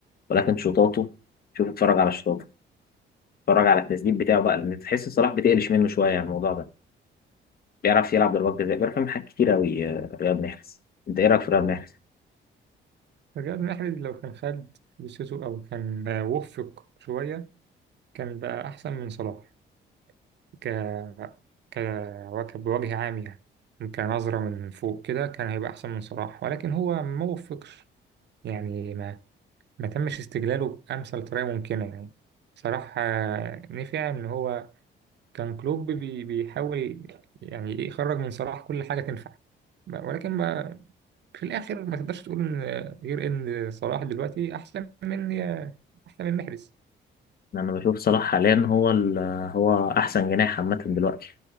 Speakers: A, on the left; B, on the right.
A: ولكن شوطاته شوف اتفرج على شوطاته اتفرج على التسديد بتاعه بقى لان تحس صلاح بتقلش منه شويه الموضوع ده بيعرف يلعب ضربات جزاء بيعرف يعمل حاجات كتير قوي رياض محرز انت ايه رايك في رياض محرز
B: رياض محرز لو كان خد فرصته أو كان آه، وفق شوية كان بقى أحسن من صلاح ك ك وك- بوجه عام يعني كنظرة من فوق كده كان هيبقى أحسن من صلاح ولكن هو ما وفقش يعني ما ما تمش استغلاله بأمثل طريقة ممكنة يعني صراحة آه، نفع إن هو كان كلوب بي بيحاول يعني يخرج من صلاح كل حاجة تنفع ولكن ما في الآخر ما تقدرش تقول إن آه، غير إن صلاح دلوقتي أحسن من آه، أحسن من محرز
A: انا بشوف صلاح حاليا هو ال... هو احسن جناح عامه دلوقتي